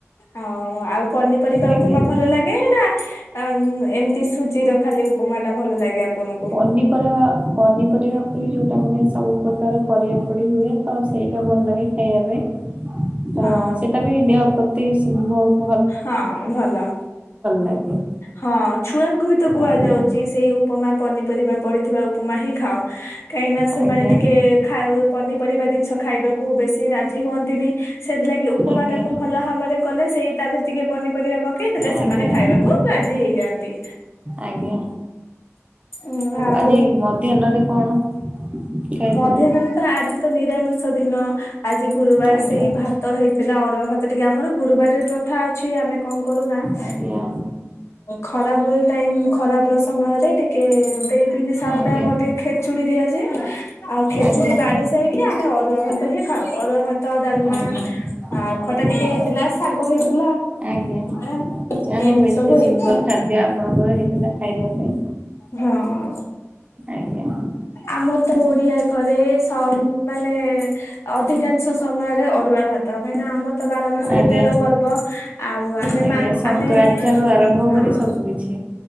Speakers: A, on the left (about 60°); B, on the right (about 25°).
A: ହଁ ଆଉ ପନିପରିବା
B: ଆଜ୍ଞା।
A: ଉପମା ଭଲ ଲାଗେ ନାଁ ଆଁ ଏମତି ସୁଜିର ଖାଲି ଉପମାଟା ଭଲ ଲାଗେ ଆପଣଙ୍କୁ?
B: ପନିପରେବା ପନିପରିବା ପି ଯୋଉଟା ମାନେ ସବୁ ପ୍ରକାର ପରିବା ପଡ଼ି ହୁଏ ତ ସେଇଟା ଭଲ ଲାଗେ। ଖାଇବା ପାଇଁ ତ
A: ହଁ
B: ସେଟା ବି ଦେହ ପ୍ରତି ସ ବହୁ
A: ହଁ ଭଲ
B: ଲାଗେ
A: ହଁ ଛୁଆଙ୍କୁ ବି ତ କୁହାଯାଉଚି
B: ଆଜ୍ଞା
A: ସ୍ ତେଇ ଉପମା ପନିପରିବା ପଡ଼ିଥିବା ଉପମା ହିଁ ଖାଅ କାହିଁକି ନା ସେମାନେ
B: ଆଜ୍ଞା
A: ଟିକେ ଖାଉ ପନିପରିବା ଦିନଷ ଖାଇବାକୁ ବେଶୀ ରାଜି ହୁଅନ୍ତିନି। ସେଥିଲାଗି ଉପମାଟାକୁ
B: ଆଜ୍ଞା।
A: ଭଲ ଭାବରେ କଲେ, ସେଇ ତାଦେହରେ ଟିକେ ପନିପରିବା ପ ପକେଇ ଦେଲେ
B: ଆଜ୍ଞା
A: ସେମାନେ ଖାଇବାକୁ
B: ଆଜ୍ଞା
A: ରାଜି ହେଇଯାଆନ୍ତି।
B: ଆଜ୍ଞା
A: ଉଁ ଆଉ,
B: ଆଜି ମଧ୍ୟାହ୍ନରେ କଣ ଖାଇଥିଲେ?
A: ମଧ୍ୟାହ୍ନ ଆଜି ତ ନିରାମିଷ ଦିନ। ଆଜି ଗୁରୁବାର।
B: ଆଜ୍ଞା
A: ସେଇ ଭାତ ତ ହେଇଥିଲା ଅରୁଆ ଭାତ ଟିକେ ଆମର, ଗୁରୁବାରରେ ପ୍ରଥା ଅଛି ଆମେ କଣ କରୁନା ଅ
B: ଆଜ୍ଞା
A: ଖରାବେଳ ଟାଇମ, ଖରା ବେଳ ସମୟରେ ଟିକେ ଦେଇ ପିଣ୍ଡି ସାଳରେ
B: ଆଜ୍ଞା
A: ଆମର ଟିକେ ଖେଚୁଡି ଦିଆଯାଏ। ଆଉ ଖେଚୁଡି
B: ଆଜ୍ଞା
A: ବାଢି ସାରି କି ଆମେ ଅରୁଆ ଭାତ ହିଁ ଖାଉ। ଅରୁଆ ଭାତ, ଡାଲମା,
B: ଆଜ୍ଞା
A: ଆଉ ଖଟା
B: ଆଜ୍ଞା।
A: ଟିକେ ହେଇଥିଲା, ଶାଗ ହେଇ ଥିଲା।
B: ଆଜ୍ଞା
A: ଏ
B: ଯାହା
A: ଏମିତି
B: ହଉ ଏତେ
A: ସବୁ ହେଇଥିଲା।
B: ସୁନ୍ଦର ଖାଦ୍ୟ ଆପଣଙ୍କର ହେଇଥିଲା ଖାଇବା ପାଇଁ।
A: ହଁ।
B: ଆଜ୍ଞା
A: ଆମର ତ ଓଡିଆ ଘରେ, ସ ମାନେ ଅଧିକାଂଶ ସମୟରେ ଅରୁଆ ଭାତ କାହିଁକିନା ଆମର ତ ବାର ମାସରେ
B: ଆଜ୍ଞା।
A: ତେର ପର୍ବ। ଆଉ ଆମେ
B: ଆଜ୍ଞା
A: ମା,
B: ସଂକ୍ରାନ୍ତି
A: ଆମେ
B: ଠାରୁ ଆରମ୍ଭ
A: ହଁ।
B: କରି ସବୁ କିିଛି